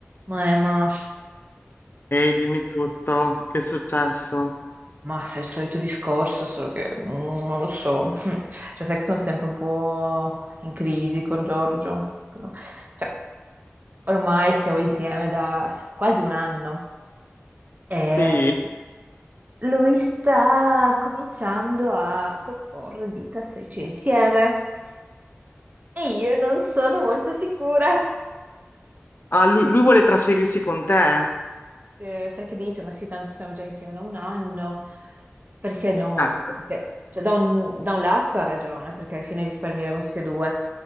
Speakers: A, on the right; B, on the left.
A: Ma, è- ma,
B: Ehi, dimmi tutto, che è successo?
A: ma se è il solito discorso, solo che mm, non lo so. <laughs> Cioè, sai che sono sempre un po' in crisi con Giorgio. però- cioè, ormai stiamo insieme da quasi un anno e
B: Sì?
A: lui sta cominciando a proporre di trasferirci insieme. E io non sono molto sicura.
B: Ah, lui, lui vuole trasferirsi con te?
A: Eh, perché dice, ma sì, tanto stiamo già insieme da un anno, perché no?
B: Ecco.
A: Perché- cioè, da un, da un lato ha ragione, perché alla fine risparmieremo tutti e due,